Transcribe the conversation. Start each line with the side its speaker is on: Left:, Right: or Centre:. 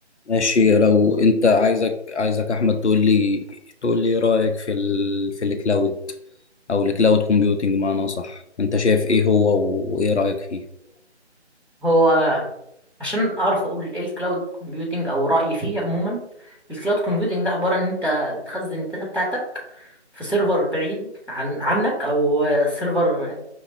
Left: ماشي لو انت عايزك عايزك احمد تقول لي تقول لي ايه رايك في ال في الكلاود او الكلاود كومبيوتنج معناه صح انت شايف ايه هو و- وايه رايك فيه
Centre: هو عشان اعرف اقول ايه الكلاود كومبيوتنج او رايي فيه عموما الكلاود كومبيوتنج ده عباره ان انت بتخزن الداتا بتاعتك في سيرفر بعيد عن عنك او سيرفر